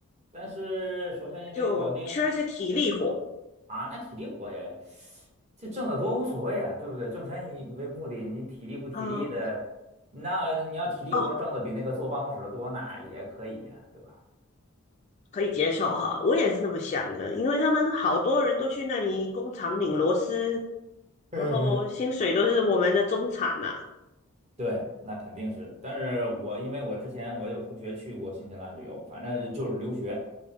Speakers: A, on the right (about 30°); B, on the left (about 30°).
A: 但是首先你得搞定。
B: 就缺一些体力活，
A: 啊，那体力活也，这挣得多无所谓啊，对不对？挣钱以为目的，你体力不体力的，
B: 啊，
A: 那你要体力活儿挣的比那个坐办公室的多，
B: 哦，
A: 那也可以啊，对吧？
B: 可以接受哈，我也是那么想的，因为他们好多人都去那里工厂拧螺丝，
A: 嗯嗯
B: 然后薪水都是我们的中产呐、
A: 对，那肯定是。但是我因为我之前我有同学去过新西兰旅游，反正就是留学，